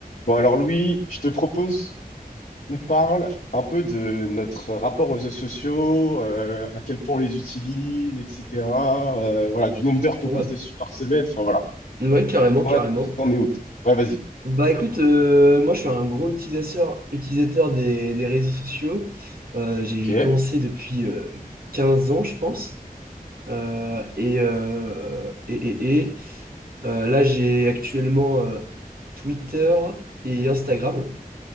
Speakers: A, on the left (about 65°); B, on the right (about 70°).
A: Bon, alors Louis, je te propose qu'on parle un peu de notre rapport aux réseaux sociaux, euh, à quel point on les utilise, etc. euh, voilà, du nombre d'heures qu'on
B: Ouais,
A: passe dessus par semaine. Enfin voilà.
B: ouais, carrément,
A: Toi,
B: carrément.
A: toi, t'en es où? toi Ouais, vas-y.
B: Bah écoute, euh, moi je suis un gros utilisateur, utilisateur des, des réseaux sociaux. Euh, j'ai
A: Ok,
B: commencé depuis euh, 15 ans, je pense. Euh, et, euh, et, et, et, euh, là j'ai actuellement euh, Twitter et Instagram.